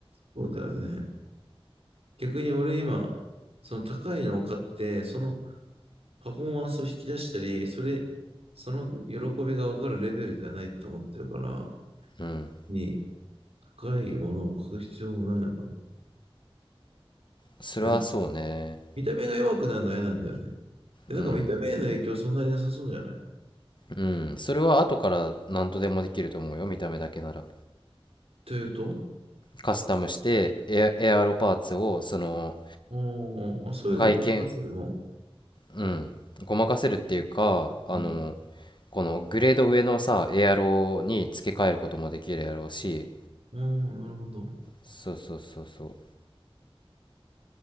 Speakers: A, on the right; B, on the left.
A: そうだよね。逆に俺今、その高いのを買って、そのパフォーマンスを引き出したり、それ、その喜びがわかるレベルではないと思ってるから、
B: うん。
A: に、高いものを買う必要もないのかな。
B: それはそうね。
A: 何見た目が弱くなるのは嫌なんだよね。えなんか見た目への影響そんなになさそうじゃない
B: うん。うん。それは後から何とでもできると思うよ、見た目だけなら。
A: というと、
B: カスタムしてエア、エアロパーツを、その、
A: おーあそういうのでごまかせるもん。
B: 外見、うん。ごまかせるっていうか、あの、
A: うん
B: このグレード上のさ、エアロに付け替えることもできるやろうし、
A: ああ、なるほど。
B: そうそうそうそう。